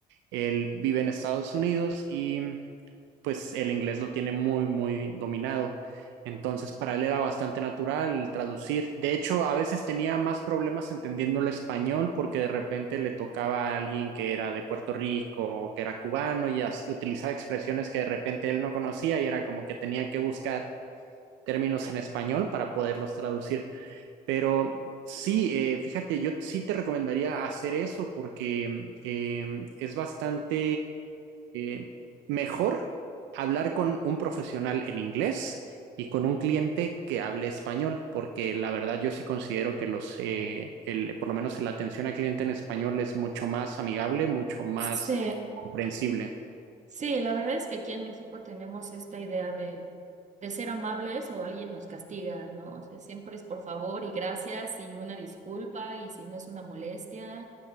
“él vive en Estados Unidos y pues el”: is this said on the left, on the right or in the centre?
Right